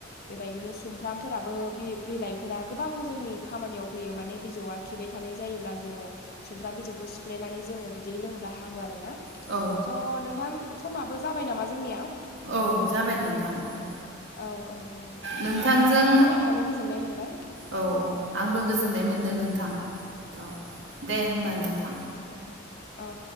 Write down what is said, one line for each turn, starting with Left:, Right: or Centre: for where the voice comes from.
Left: बेबायदिनो सुमफ्रामफोराबो बि बिलाइफोरा गोबां जोंनि खामानियाव फैयो माने बिजौआ खिबाय थानाय जायोब्ला जोङो सुमफ्राम बिजौखौ सिफ्लेनानै जोङो बिदै लोङोब्ला हामो आरोना।
Right: औ
Left: स' नोंथां समाबो जाबाय नामा जोंनिया
Right: औ जाबाय नोंथां औ।
Left: औ औ दे।
Right: नोंथांजों
Left: रायलायनानै गोजोननाय मोनबाय
Right: औ औ आंबो गोजोननाय मोनदों नोंथां। औ दे होमबा नोंथां।
Left: दे औ।